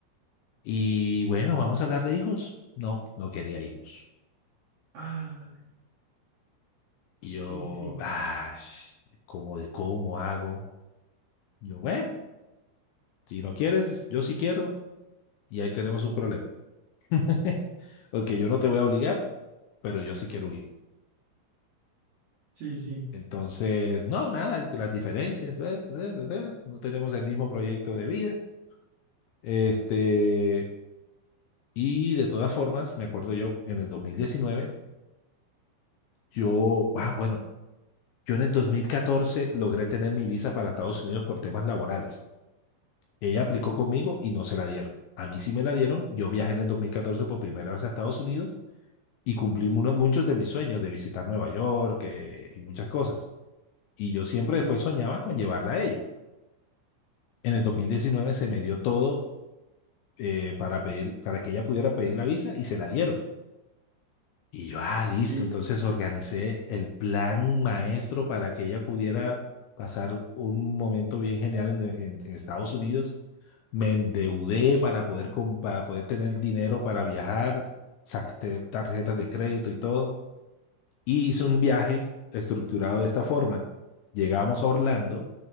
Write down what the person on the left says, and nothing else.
Y bueno, vamos a hablar de hijos. No, no quería hijos.
Y yo,
ah, ¿cómo, de cómo hago? yo, bueno, si no quieres, yo sí quiero. Y ahí tenemos un problema. <laughs> Ok, yo no te voy a obligar, pero yo sí quiero un hijo.
Entonces, no, nada, las diferencias, eh, eh, eh, eh, no tenemos el mismo proyecto de vida. Este, y de todas formas, me acuerdo yo, en el 2019, yo, ah, bueno, yo en el 2014 logré tener mi visa para Estados Unidos por temas laborales. Ella aplicó conmigo y no se la dieron. A mí sí me la dieron. Yo viajé en el 2014 por primera vez a Estados Unidos y cumplí uno- muchos de mis sueños de visitar Nueva York, eh, y muchas cosas. y yo siempre
después soñaba con llevarla a ella. En el 2019 se me dio todo eh, para pedir, para que ella pudiera pedir la visa y se la dieron. Y yo, ah, listo,
entonces organicé el plan maestro para que ella pudiera pasar un momento bien genial en, en- en Estados Unidos. Me endeudé para poder, com- para poder tener dinero para viajar, saqué tarjetas de crédito y todo. Y hice un viaje estructurado de esta forma. Llegamos a Orlando,